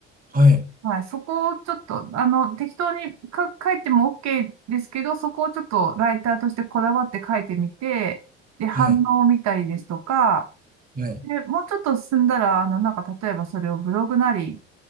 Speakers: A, on the right (about 25°); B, on the right (about 55°).
A: あ、はい、
B: はい、そこをちょっと、あの、適当にか書いても OK ですけど、そこをちょっとライターとしてこだわって書いてみて、で、反応を見たりですとか、
A: はい、はい、
B: で、もうちょっと進んだら、あの、なんか例えばそれをブログなり